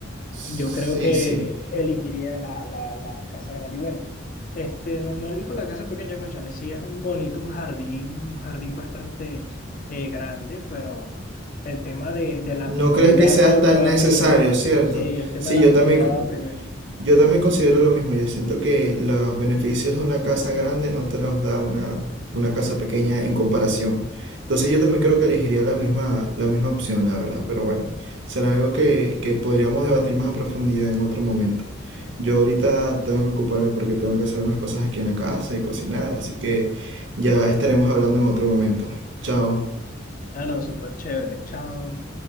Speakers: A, on the right; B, on the left.
A: sí,
B: Yo creo que
A: sí.
B: elegiría la, la, la casa grande. Y bueno, este, no, no elijo la casa pequeña, cónchale, sí es un bonito, un jardín, un jardín bastante eh, grande, pero el tema de, de la
A: No
B: comodidad
A: crees que sea
B: creo
A: tan
B: que va
A: necesario,
B: primero.
A: ¿cierto?
B: Sí, el tema
A: Sí,
B: de la
A: yo
B: comodidad
A: también,
B: va primero.
A: Yo también considero lo mismo. Yo siento que los beneficios de una casa grande no te los da una, una casa pequeña en comparación. Entonces yo también creo que elegiría la misma, la misma opción, la verdad. Pero bueno, será algo que, que podríamos debatir más a profundidad en otro momento. Yo ahorita tengo que ocuparme porque tengo que hacer unas cosas aquí en la casa y cocinar. Así que ya estaremos hablando en otro momento. Chao.
B: Ah, no, súper chévere. Chao.